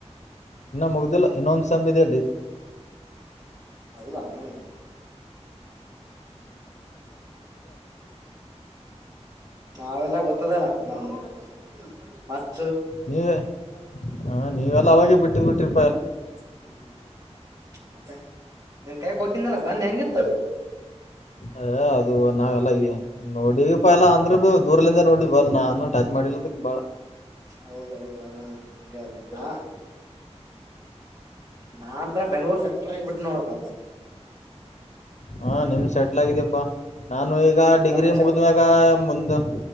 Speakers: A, on the left; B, on the right.
A: ಇನ್ನು ಮುಗ್ದಲ್ಲ ಇನ್ನೊಂದ್ ಸೆಮ್ ಇದೆ
B: ಹೌದಾ ಹ್ಮ ನಾವೆಲ್ಲ ಗೊತ್ತ್ <unintelligible>
A: ನೀವೇ ಹ ನೀವೆಲ್ಲ ಅವಾಗೆ ಬಿಟ್ಟ್ <unintelligible>
B: ಹ್ಮ್--ಮತ್ತೇ ಮತ್ತೆ ನಿನ್ ಕಾಯ ಕೊಟ್ಟಿದ್ನಲ್ಲಾ ಗನ್ ಹೆಂಗಿತ್ತು
A: ಏ ಅದು ನಾವೆಲ್ಲಾ ಗೆ ನೋಡಿವಪ್ಪ ಎಲ್ಲಾ ಅಂದ್ರೆ ಬಿ ದೂರಲಿಂದ ನೋಡಿ ನಡ್ ಬಲ್ ನಾನು ಟಚ್ ಮಾಡಿಲ್ಲದಕ್ ಬಾಳ
B: ಹೌದೌದ ಹಂಗೆ ಹ ನಾನಂತೂ ಬೆಂಗ್ಳೂರ್ ಸೆಟ್ಲ್ ಆಗ್ಬಿಟ್ಟು ನೋಡಪ್
A: ಹಾ ನಿಮ್ ಸೆ ಎಲ್ಲಾಗಿದಿಯಪ್ಪಾ ನಾನು ಈಗ
B: ಎಲ್ಲಾ
A: ಡಿಗ್ರಿ
B: ಮಚ್ಚಾಕ್
A: ಮುಗಿದ್ಮ್ಯಾಗ ಮುಂದು